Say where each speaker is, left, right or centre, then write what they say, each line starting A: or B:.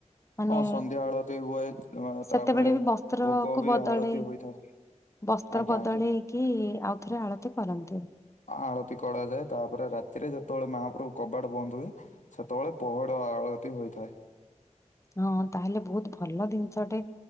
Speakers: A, on the left; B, on the left.
A: ମାନେ
B: ହଁ ସନ୍ଧ୍ୟା ଆଳତି ହୁଏ ଅ, ତାପରେ
A: ସେତେବେଳେ ବି ବସ୍ତ୍ରକୁୁ
B: ଭୋଗ ବି
A: ବଦଳେଇ-
B: ଆଳତି ହୋଇଥାଏ।
A: ବସ୍ତ୍ର
B: ଆଜ୍ଞା
A: ବଦଳେଇକି
B: ଆଜ୍ଞା
A: ଆଉଥରେ ଆଳତୀ କରନ୍ତି।
B: ଆଳତୀ କରାଯାଏ ତାପରେ ରାତିରେ ଯେତେବେଳେ ମହାପ୍ରଭୁ କବାଟ ବନ୍ଦ ହୁଏ- ସେତେବେଳେ ପହଡ ଆଳତୀ ହୋଇଥାଏ।
A: ହଁ ତାହେଲେ ବହୁତ ଭଲ ଜିନିଷଟେ